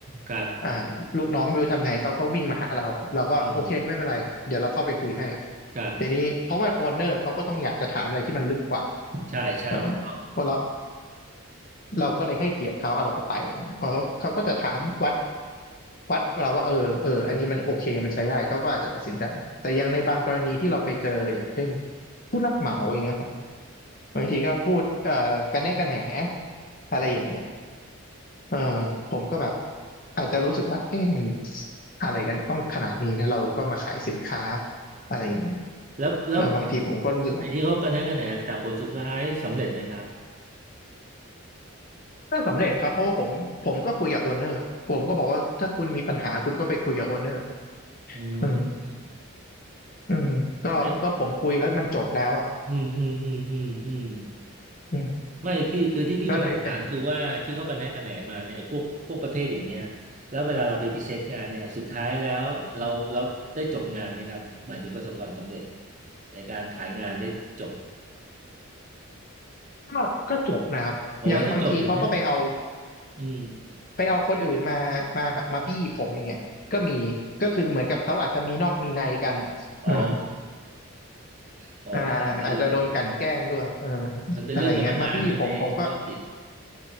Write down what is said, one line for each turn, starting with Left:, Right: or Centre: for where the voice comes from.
Right: ครับ
Left: อ่าลูกน้องไม่รู้ทำไงเขาก็วิ่งมาหาเราเราก็โอเคไม่เป็นไรเดี๋ยวเราเข้าไปคุยให้
Right: อืมครับ
Left: ทีนี้เพราะว่าโอนเนอร์เขาก็ต้องอยากจะถามอะไรที่มันลึกกว่า
Right: ใช่ใช่ถูกต้อง
Left: เออว่าเราเราก็เลยให้เกียรติเขาเอาเราก็ไปเขาเขาก็จะถามวัดวัดเราว่าเออเอออันนี้มันโอเคมันใช้ได้เขาก็อาจจะตัดสินใจแต่อยังในบางกรณีที่เราไปเจออย่างเช่นผู้รับเหมาเองนะฮะบางทีก็พูดเอ่อกันแน่กันแหนอะไรอย่างเงี้ยเออผมก็แบบอาจจะรู้สึกว่าเอ๊ะมันอะไรกันต้องขนาดนี้นะเราก็มาขายสินค้าอะไรอย่างเงี้ย
Right: แล้วแล้ว
Left: เออบางทีผมก็รู้สึกว่า
Right: ไอ้ที่เขากระแนะกระแหนแต่ผลสุดท้ายสำเร็จไหมครับ
Left: ก็สำเร็จครับเพราะว่าผมผมก็คุยกับโอนเนอร์ผมก็บอกว่าถ้าคุณมีปัญหาคุณก็ไปคุยกับโอนเนอร์
Right: อืมอืม
Left: อืมอืมก็ก็ผมคุยแล้วมันจบแล้วอ่ะ
Right: ไม่อืมอืมอืมอืมอืม
Left: อืม
Right: ไม่คือคือที่พี่กำลังถามคือว่าที่เขากระแนะกระแหนมาเนี่ยไอ้พวกพวกประเภทอย่างเนี้ยแล้วเวลาเราไปพรีเซนต์งานเนี่ยสุดท้ายแล้วเราเราได้จบงานไหมครับหมายถึงประสบความสำเร็จ
Left: ก็เลยเป็นอย่าง
Right: ในการขายงานได้จบ
Left: ก็ก็จบนะครับอย่างบางทีเขาก็ไปเอา
Right: โอ้ถ้าจบอย่างนั้นอืม
Left: ไปเอาคนอื่นมามาแบบมาบี้ผมอย่างเงี้ยก็มีก็คือเหมือนกับเขาอาจจะมีนอกมีในกัน
Right: อ๋อ
Left: อืม
Right: <laughs> อ๋อขนาดนั้นเลย
Left: อ่าอาจจะโดนกลั่นแกล้งด้วยเออ
Right: มันเป็นเรื่องธรรมดานะในธุรกิจ
Left: อะไรเงี้ยมาบี้ผมผมก็